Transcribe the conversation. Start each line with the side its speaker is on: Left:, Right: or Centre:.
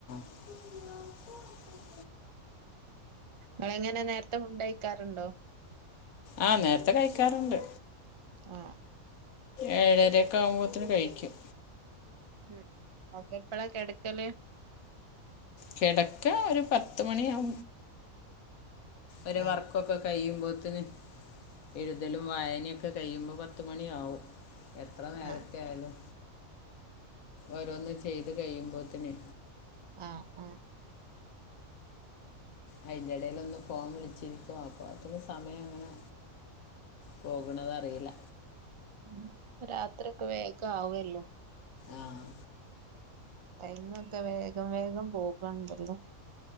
Left: <unintelligible>
Right: നിങ്ങ എങ്ങനെ നേരത്തെ ഫുഡ്കഴിക്കാറുണ്ടോ
Left: ആ നേരത്തെ കഴിക്കാറുണ്ട്
Right: ആഹ്
Left: ഏഴരയൊക്കെ ആവുമ്പോത്തേന് കഴിക്കും
Right: ഉം ഓകെ എപ്പഴാ കെടക്കല്
Left: കിടക്ക ഒരു പത്ത മണിാവ ഒ
Right: ആഹ്
Left: വർക്കൊക്കെ കഴിയും വെറുതനെ എഴുതലും വായനയുമൊക്കെ കഴിയുമ്പോ പത്തുമണിയാവും എത്രനേരത്തെ
Right: ആഹ്
Left: ആയാലും ഓരോന്ന് ചെയ്തു കഴിയുമ്പോത്തന്
Right: ആ ആ
Left: അയിൻറ്റിടയിലൊന്ന് ഫോം വിളിച്ചിരിക്കുവാ അപ്പൊ അത്രന് സമയം അങ്ങനെ പോകണതറിയില്ല
Right: ഉം രാത്രിക്ക വേഗം ആവല്ലോ
Left: ആഹ്
Right: ടൈമൊക്കെ വേഗം വേഗം പോകാണ്ടല്ലോ